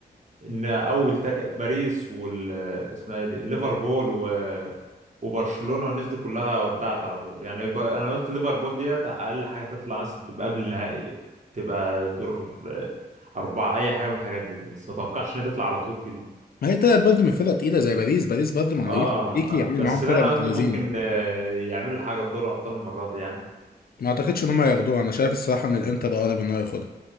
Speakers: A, on the right (about 45°); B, on the left (about 60°).
A: إن أول تك... باريس وال اسمها إيه دي ليفربول و... وبرشلونة والناس دي كلها ودعت على طول يعني ب... أنا قلت ليفربول ديت أقل حاجة تطلع مثلا تبقى قبل النهائي تبقى دور آه، أربعة أي حاجة من الحاجات دي بس ما توقعش إنها تطلع على طول كده
B: ما هي طلعت برضه من فرقه تقيله زي باريس باريس برضه مع
A: آه
B: لويس انريكي عامل
A: بس
B: معاهم فرقه
A: لا أنا
B: متميزين
A: قلت ممكن آه، يعملوا حاجة في دوري الأبطال المرة دي يعني
B: ما اعتقدش ان هم ياخدوها انا شايف الصراحه ان الانتر اقرب ان هو ياخدها